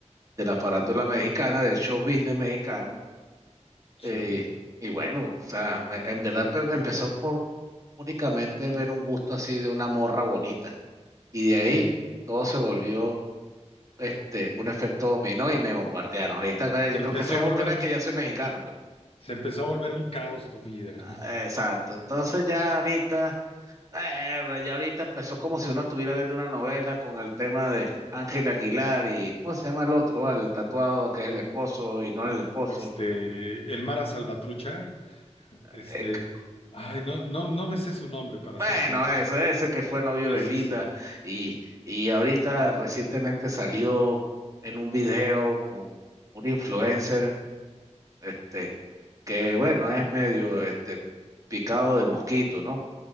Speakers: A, on the right; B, on the left.
A: de la farándula mexicana, del show business mexicano.
B: sí,
A: eh, y bueno, o sea, me- en verdad pe- empezó por únicamente ver un gusto así de una morra bonita. Y de ahí
B: sí.
A: todo se volvió este, un efecto dominó y me bombardearon. Ahorita eh,
B: Se
A: yo creo
B: empezó
A: que Facebook
B: a volver,
A: cree que ya soy mexicano, pues.
B: se empezó a volver un caos tu vida.
A: Ah,
B: <laughs>
A: Exacto. Entonces ya ahorita, eh, pero ya ahorita empezó como si uno estuviera viendo una novela con el tema de Ángel Aguilar y ¿cómo se llama el otro? vale? El tatuado que es el esposo y no el esposo.
B: Este, el Mara Salvatrucha, este,
A: Eh, c-
B: ay, no, no, no me sé su nombre, para
A: bueno,
B: ser honesto.
A: ese ese que fue novio
B: Sí,
A: de
B: sí,
A: Belinda
B: sí,
A: y, y ahorita recientemente salió en un video con un influencer. Este, que bueno, es medio este picado de mosquito, ¿no?